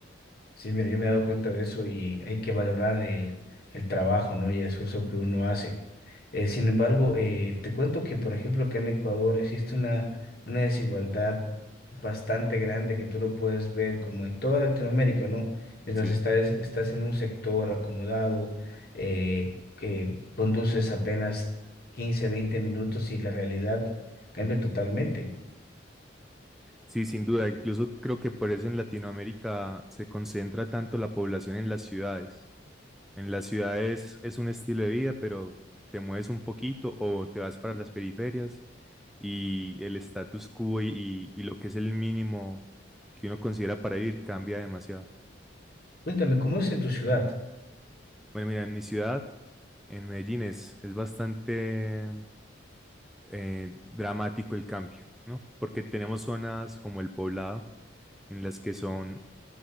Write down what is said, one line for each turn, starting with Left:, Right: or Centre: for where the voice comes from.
Left: Sí, mira, yo me he dado cuenta de eso y hay que valorar el, el trabajo, ¿no? Y el esfuerzo que uno hace. Eh, sin embargo, eh, te cuento que, por ejemplo, acá en Ecuador existe una, una desigualdad bastante grande que tú lo puedes ver como en toda Latinoamérica, ¿no? Mientras
Centre: Sí,
Left: estás, estás en un sector acomodado, eh, que conduces apenas 15, 20 minutos y la realidad cambia totalmente.
Centre: sí, sin duda. Incluso creo que por eso en Latinoamérica se concentra tanto la población en las ciudades. En las ciudades es un estilo de vida, pero te mueves un poquito o te vas para las periferias y el status quo y, y- y lo que es el mínimo que uno considera para vivir cambia demasiado.
Left: Cuéntame, ¿cómo es en tu ciudad?
Centre: Bueno, mira, en mi ciudad, en Medellín, es, es bastante eh, dramático el cambio, ¿no? Porque tenemos zonas como el Poblado, en las que son